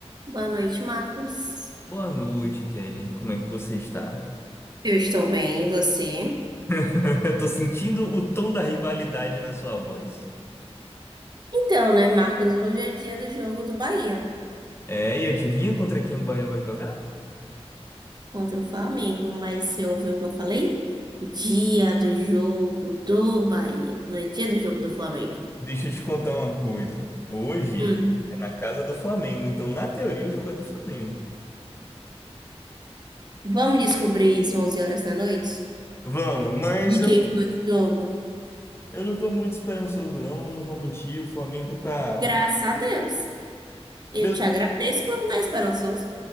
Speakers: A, on the right; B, on the left.
A: Boa noite, Marcos.
B: Boa noite, Kelly. Como é que você está?
A: Eu estou bem, e você?
B: <laughs> Eu tô sentindo o tom da rivalidade na sua voz.
A: Então, né, Marcos, hoje é dia do jogo do Bahia
B: É, e adivinha contra quem o Bahia vai jogar?
A: contra o Flamengo, mas você ouviu o que eu falei? Dia do jogo do Bahia, não é dia do jogo do Flamengo.
B: Deixa eu te contar uma coisa. Hoje
A: Hum.
B: é na casa do Flamengo, então na teoria o jogo é do Flamengo.
A: Vamos descobrir isso onze horas da noite?
B: Vamos, mas
A: De
B: eu,
A: quem foi o jogo?
B: eu não tô muito esperançoso não, não vou mentir, o Flamengo tá...
A: Graças a Deus. Eu
B: Bele-
A: te agradeço por não estar esperançoso.